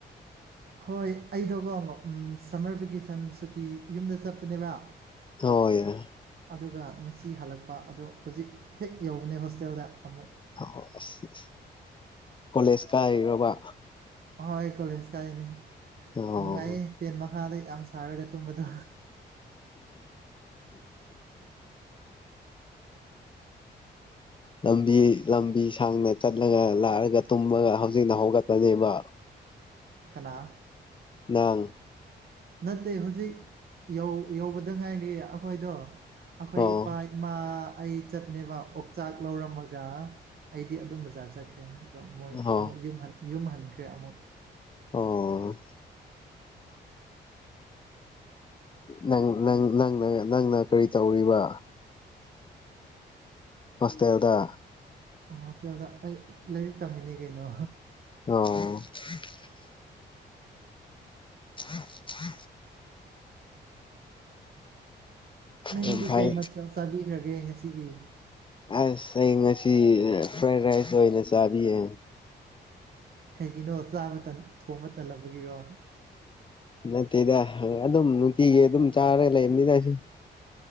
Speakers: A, on the right; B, on the left.
A: ꯍꯣꯏ ꯑꯩꯗꯣꯀꯣ ꯁꯝꯃꯔ ꯚꯦꯀꯦꯁꯟ ꯁꯨꯇꯤ ꯌꯨꯝꯗ ꯆꯠꯄꯅꯦꯕ
B: ꯍꯣꯏ ꯌꯥ
A: ꯑꯗꯨꯒ ꯉꯁꯤ ꯍꯜꯂꯛꯄ ꯑꯗꯣ ꯍꯧꯖꯤꯛ ꯍꯦꯛ ꯌꯧꯕꯅꯦ ꯍꯣꯁꯇꯦꯜꯗ ꯑꯃꯨꯛ
B: ꯑ ꯑꯁ ꯀꯣꯂꯦꯖ ꯀꯥꯏꯔꯕ
A: ꯑꯍꯣꯏ ꯀꯣꯂꯦꯖ ꯀꯥꯏꯅꯦ
B: ꯑꯣ
A: ꯅꯨꯡꯉꯥꯏꯌꯦ ꯐꯦꯟ ꯃꯈꯥꯗ ꯌꯥꯝ ꯁꯥꯔꯒ
B: <inaudible> <inaudible>
A: ꯇꯨꯝꯕꯗꯣ
B: ꯂꯝꯕꯤ ꯂꯝꯕꯤ ꯁꯥꯡꯗ ꯆꯠꯂꯒ ꯂꯥꯛꯑꯒ ꯇꯨꯝꯃꯒ ꯍꯧꯖꯤꯛꯅ ꯍꯧꯒꯠꯄꯅꯦꯕ <inaudible>
A: ꯀꯅꯥ
B: ꯅꯥꯡ
A: ꯅꯠꯇꯦ ꯍꯧꯖꯤꯛ ꯌꯧꯕꯗ ꯉꯥꯏꯔꯤ ꯑꯩꯈꯣꯏꯗꯣ ꯑꯩꯈꯣꯏ
B: ꯑꯣ
A: ꯏꯄꯥ ꯏꯃꯥ ꯑꯩ ꯆꯠꯄꯅꯦꯕ ꯑꯣꯛꯆꯥꯛ ꯂꯧꯔꯝꯃꯒ ꯑꯩꯗꯤ ꯑꯗꯨꯝ ꯕꯖꯥꯔ ꯆꯠꯈ꯭ꯔꯦ ꯑꯗ ꯃꯣꯏ
B: ꯑꯣ
A: ꯑꯃꯨꯛ ꯌꯨꯝ ꯍꯟꯈ꯭ꯔꯦ ꯑꯃꯨꯛ
B: ꯑꯣ ꯅꯪ ꯅꯪꯅ ꯀꯔꯤ ꯇꯧꯔꯤꯕ ꯑꯣꯁꯇ꯭ꯔꯦꯦꯜꯂꯤꯌꯥꯗ
A: ꯑꯣꯗ ꯑꯩ ꯂꯥꯏꯔꯤꯛ ꯇꯝꯃꯤꯅꯦ ꯀꯩꯅꯣ
B: ꯑꯣ ꯊ ꯊ
A: ꯅꯪꯗꯤ
B: ꯌꯥꯝ ꯐꯩ
A: ꯀꯩ ꯃꯊꯦꯜ ꯆꯥꯕꯤꯈ꯭ꯔꯒꯦ ꯉꯁꯤꯒꯤ
B: ꯑꯁ ꯑꯩ ꯉꯁꯤ ꯐ꯭ꯔꯥꯏꯗ ꯔꯥꯏꯁ ꯑꯣꯏꯅ ꯆꯥꯕꯤꯌꯦ
A: ꯀꯩꯒꯤꯅꯣ ꯆꯥꯕ ꯊꯣꯡꯕ ꯇꯜꯂꯕꯒꯤꯔꯣ
B: ꯅꯠꯇꯦꯗ ꯑꯗꯨꯝ ꯅꯨꯡꯇꯤꯒꯤ ꯑꯗꯨꯝ ꯆꯥꯔꯒ ꯂꯩꯕꯅꯤꯗꯁꯨ